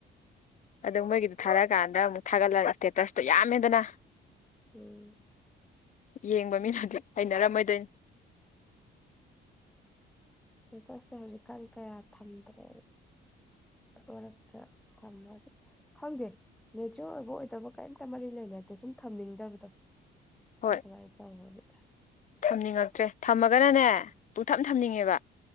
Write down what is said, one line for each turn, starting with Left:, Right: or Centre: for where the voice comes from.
Left: ꯑꯗꯨ ꯃꯣꯏꯒꯤꯗꯨ ꯊꯥꯔꯛꯑꯀꯥꯟꯗ ꯑꯃꯨꯛ ꯊꯥꯒꯠꯂꯒ ꯏꯁꯇꯦꯇꯁꯇꯨ ꯌꯥꯝꯃꯦꯗꯅ
Centre: ꯎꯝ
Left: ꯌꯦꯡꯕ ꯃꯤꯅꯗꯤ ꯍꯩꯅꯔꯝꯃꯣꯏꯗꯣꯏꯅꯤ
Centre: ꯑꯇꯣꯁꯦ ꯍꯧꯖꯤꯛꯀꯥꯟ ꯀꯌꯥ ꯊꯝꯗ꯭ꯔꯦ ꯔꯇ ꯇꯃꯁ ꯈꯪꯗꯦ ꯃꯦꯆꯣꯔ ꯑꯣꯏꯕ ꯑꯣꯏꯗꯕ ꯀꯔꯤꯝꯇ ꯃꯔꯤ ꯂꯩꯅꯗꯦ ꯁꯨꯝ ꯊꯝꯅꯤꯡꯗꯕꯗꯣ
Left: ꯍꯣꯏ
Centre: ꯑꯗꯨꯅꯥꯏꯇ ꯎꯗꯤ
Left: ꯊꯝꯅꯤꯡꯉꯛꯇ꯭ꯔꯦ ꯊꯝꯃꯒꯅꯅꯦ ꯄꯨꯊꯞ ꯊꯝꯅꯤꯡꯉꯦꯕ